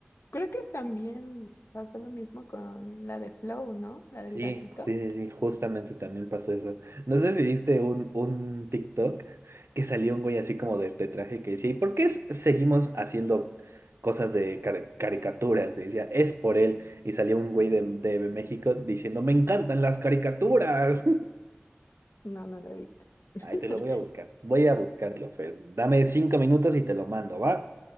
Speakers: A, on the left; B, on the right.
A: Creo que también pasó lo mismo con la de Flow, ¿no? La del
B: Sí,
A: gatito.
B: sí, sí, sí, justamente también pasó eso. No sé si viste un, un TikTok que salió un güey así como de, de traje que decía, ¿y por qué s- seguimos haciendo cosas de car- caricaturas? Y decía, es por él. Y salió un güey de, de México diciendo, me encantan las caricaturas.
A: No, no la he visto.
B: <laughs>
A: <laughs>
B: Ahí te lo voy a buscar. Voy a buscarlo, Fer. Dame cinco minutos y te lo mando, ¿va?